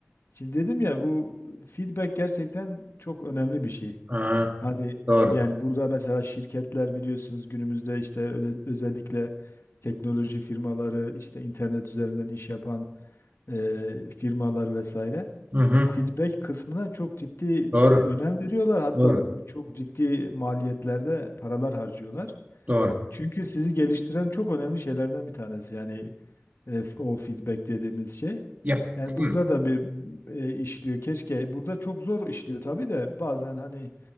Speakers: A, on the left; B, on the right.
A: şimdi dedim ya bu feedback gerçekten çok önemli bir şey.
B: Ha
A: Hani
B: doğru.
A: yani burada mesela şirketler biliyorsunuz günümüzde işte öyle, özellikle teknoloji firmaları işte internet üzerinden iş yapan e, firmalar vesaire.
B: Hı hı.
A: Bu feedback kısmına çok ciddi
B: Doğru.
A: e, önem veriyorlar. Hatta
B: Doğru.
A: çok ciddi maliyetlerde paralar harcıyorlar.
B: Doğru.
A: Çünkü sizi geliştiren çok önemli şeylerden bir tanesi. Yani e, f- o feedback dediğimiz şey.
B: Yap.
A: Yani
B: Hı.
A: burada da bir e, işliyor. Keşke burada çok zor işliyor tabii de bazen hani